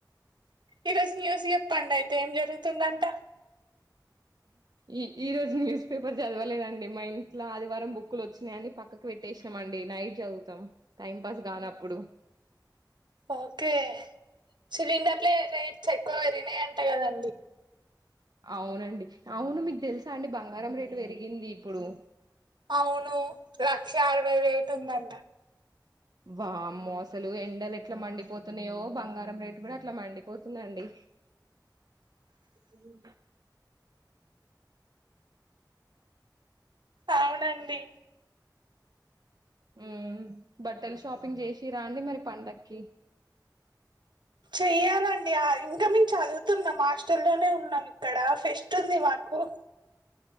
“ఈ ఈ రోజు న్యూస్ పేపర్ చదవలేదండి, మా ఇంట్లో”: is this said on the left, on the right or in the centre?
Right